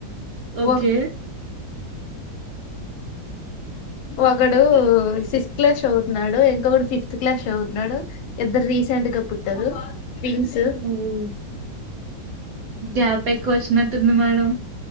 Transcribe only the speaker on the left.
ఒక ఒకడు సిక్స్త్ క్లాస్ చదువుతున్నాడు ఇంకొకడు ఫిఫ్త్ క్లాస్ చదువుతున్నాడు ఇద్దరు రీసెంట్ గా పుట్టారు ట్విన్స్